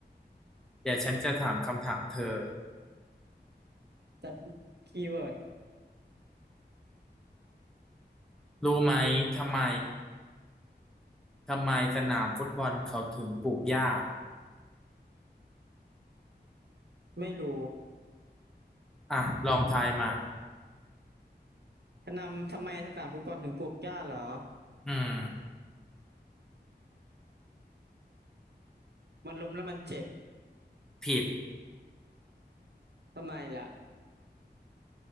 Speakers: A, in the centre; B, on the right.
A: เดี๋ยวฉันจะถามคำถามเธอ
B: จะคีย์เวิร์ด
A: รู้ไหมทำไมทำไมสนามฟุตบอลเขาถึงปลูกหญ้า
B: ไม่รู้
A: อ่ะลองทายมา
B: ทนำทำไมสนามฟุตบอลถึงปลูกหญ้าเหรอ
A: อืม
B: มันล้มแล้วมันเจ็บ
A: ผิด
B: ทำไมล่ะ